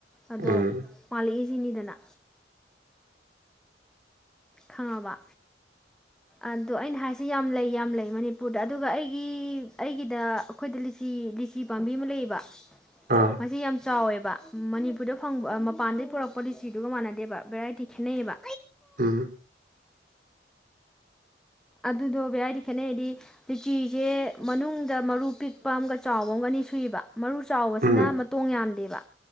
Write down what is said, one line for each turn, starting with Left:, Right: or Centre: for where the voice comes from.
Centre: ꯑꯗꯣ
Right: ꯎꯝ
Centre: ꯄꯥꯜꯂꯛꯏꯁꯤꯅꯤ ꯗꯅ ꯈꯪꯉꯕ ꯑꯗꯣ ꯑꯩꯅ ꯍꯥꯏꯁꯦ ꯌꯥꯝ ꯂꯩ ꯌꯥꯝ ꯂꯩ ꯃꯅꯤꯄꯨꯔꯗ ꯑꯗꯨꯒ ꯑꯩꯒꯤ ꯑꯩꯒꯤꯗ ꯑꯩꯈꯣꯏꯗ ꯂꯤꯆꯤ ꯂꯤꯆꯤ ꯄꯥꯝꯕꯤ ꯑꯃ ꯂꯩꯌꯦꯕ
Right: ꯑꯥ
Centre: ꯃꯁꯤ ꯌꯥꯝ ꯆꯥꯎꯋꯦꯕ ꯕ ꯃꯅꯤꯄꯨꯔꯗ ꯐꯪꯕ ꯃꯄꯥꯟꯗꯩ ꯄꯨꯔꯛꯄ ꯂꯤꯆꯤꯗꯨꯒ ꯃꯥꯟꯅꯗꯦꯕ ꯕꯦꯔꯥꯏꯇꯤ ꯈꯦꯠꯅꯩꯌꯦꯕ
Right: ꯎꯝ
Centre: ꯑꯗꯨꯗꯣ ꯕꯦꯔꯏꯗꯤ ꯈꯦꯠꯅꯩꯗꯤ ꯂꯤꯆꯤꯁꯦ ꯃꯅꯨꯡꯗ ꯃꯔꯨ ꯄꯤꯛꯄ ꯑꯃꯒ ꯆꯥꯎꯕ ꯑꯃꯒ ꯑꯅꯤ ꯁꯨꯏꯕ ꯃꯔꯨ ꯆꯥꯎꯕꯁꯤꯅ
Right: ꯎꯝ
Centre: ꯃꯇꯣꯡ ꯌꯥꯝꯗꯦꯕ